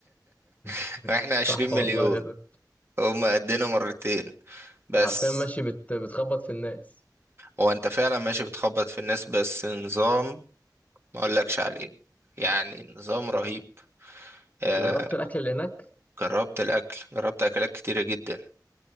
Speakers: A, on the left; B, on the right.
A: <laughs>
B: <laughs> احنا عشرين
A: صح
B: مليون
A: والله ايه ده
B: هما قدنا مرتين بس
A: انت حرفيا ماشي بت... بتخبط في الناس
B: هو انت فعلا ماشي بتخبط في الناس بس نظام ما اقولكش عليه يعني نظام رهيب آه
A: جربت الاكل اللي هناك
B: جربت الاكل جربت اكلات كتيرة جدا